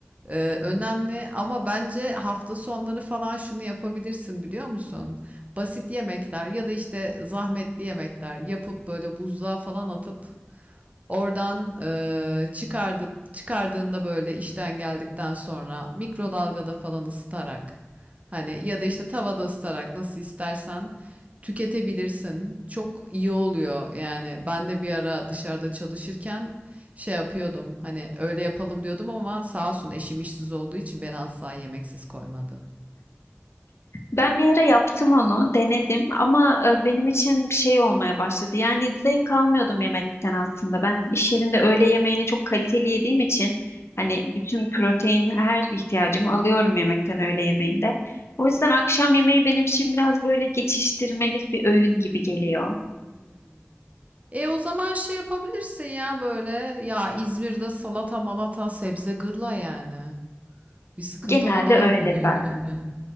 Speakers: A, on the right (about 30°); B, on the left (about 70°).
A: e, önemli ama bence hafta sonları falan şunu yapabilirsin biliyor musun? Basit yemekler ya da işte zahmetli yemekler yapıp böyle buzluğa falan atıp oradan e, çıkardıp çıkardığında böyle işten geldikten sonra mikrodalgada falan ısıtarak. Hani ya da işte tavada ısıtarak nasıl istersen tüketebilirsin. Çok iyi oluyor yani. Ben de bir ara dışarıda çalışırken şey yapıyordum. Hani öyle yapalım diyordum ama sağ olsun eşim işsiz olduğu için beni asla yemeksiz koymadı.
B: Ben bir ara yaptım onu, denedim ama e, benim için bir şey olmaya başladı. Yani zevk almıyordum yemekten aslında. Ben iş yerinde öğle yemeğini çok kaliteli yediğim için
A: Hmm,
B: hani bütün protein her ihtiyacımı alıyorum yemekten öğle yemeğinde. O
A: hı hı,
B: yüzden akşam yemeği benim için biraz böyle geçiştirmelik bir öğün gibi geliyor.
A: hmm. E o zaman şey yapabilirsin ya böyle ya İzmir'de salata malata sebze gırla yani. Bir sıkıntı
B: Genelde
A: olduğunu
B: öyle zaten.
A: <laughs>